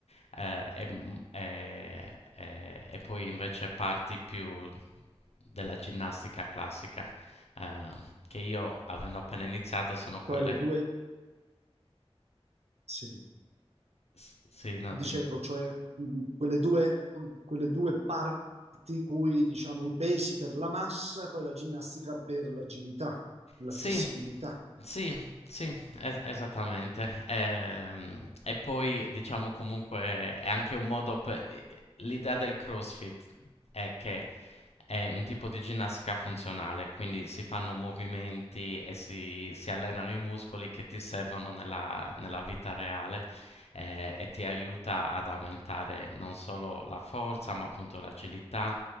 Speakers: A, on the left; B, on the right.
A: eh, e, m- e- e- e poi invece parti più della ginnastica classica, eh, che io, avendo appena iniziato, sono quelle...
B: Cioè le due, sì.
A: S- sì, no,
B: dicevo,
A: dimmi.
B: cioè mh, quelle due, mh, quelle due parti in cui diciamo i pesi per la massa e poi la ginnastica per l'agilità, la
A: Sì,
B: flessibilità.
A: sì, sì, es- esattamente. Ehm, E, poi diciamo comunque è anche un modo per... L'idea del CrossFit è che è un tipo di ginnastica funzionale, quindi si fanno movimenti e si, si allenano i muscoli che ti servono nella, nella vita reale eh, e ti aiuta ad aumentare non solo la forza, ma appunto l'agilità,